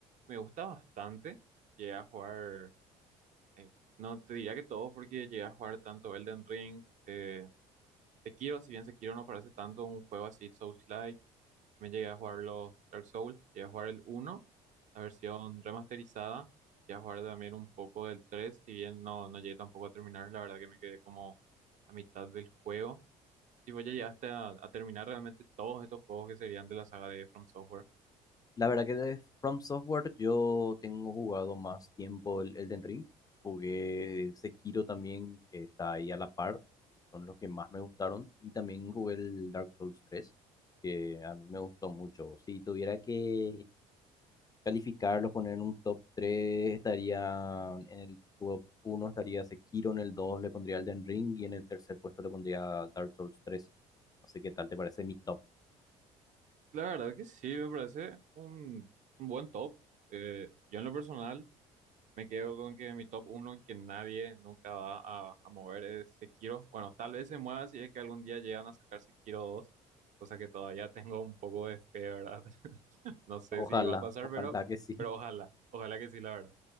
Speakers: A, on the right; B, on the left.
A: me gusta bastante, llegué a jugar, eh, no te diría que todos porque llegué a jugar tanto Elden Ring, eh, Sekiro, si bien Sekiro no parece tanto un juego así souls También llegué a jugar los Dark Souls, llegué a jugar el uno la versión remasterizada, llegué a jugar también un poco del tres si bien no, no llegué tampoco a terminar, la verdad que me quedé como a mitad del juego. No sé si vos ya llegaste a, a terminar realmente todos estos juegos que serían de la saga de From Software.
B: La verdad que de From Software yo tengo jugado más tiempo el Elden Ring, jugué el Sekiro también, que está ahí a la par, son los que más me gustaron, y también jugué el Dark Souls tres que a mí me gustó mucho. Si tuviera que calificarlos, poner en un top tres estaría en el top uno estaría Sekiro, en el 2 le pondría Elden Ring y en el tercer puesto le pondría Dark Souls tres No sé qué tal te parece mi top.
A: La verdad que sí, me parece un, un buen top. Eh, yo en lo personal Me quedo con que mi top 1 que nadie nunca va a, a mover es Sekiro. Bueno, tal vez se mueva si es que algún día llegan a sacar Sekiro dos cosa que todavía tengo un poco de fe, ¿verdad? <laughs> No sé
B: Ojalá,
A: si va a pasar,
B: ojalá
A: pero,
B: que sí.
A: pero
B: <laughs>
A: ojalá, ojalá que sí, la verdad.